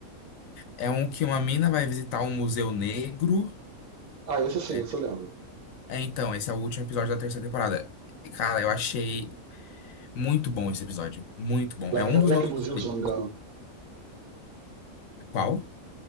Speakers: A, on the left; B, on the right.
A: É um que uma mina vai visitar um museu negro.
B: Ah, esse sim,
A: É,
B: esse eu lembro.
A: é, então, esse é o último episódio da terceira temporada. E, Cara, eu achei muito bom esse episódio. Muito bom.
B: Black,
A: É um
B: é
A: dos
B: Black
A: meus
B: Museum,
A: favoritos.
B: se eu não me engano.
A: Qual?